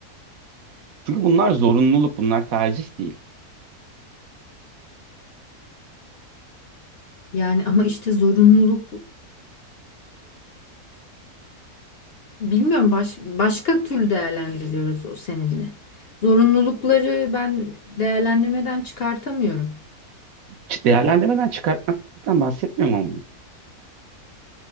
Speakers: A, on the right; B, on the left.
A: Çünkü bunlar zorunluluk, bunlar tercih değil.
B: Yani ama işte zorunlulukları bilmiyorum baş, başka türlü değerlendiriyoruz o seninle. Zorunlulukları ben değerlendirmeden çıkartamıyorum.
A: Ç- Değerlendirmeden çıkartmaktan bahsetmiyorum ama.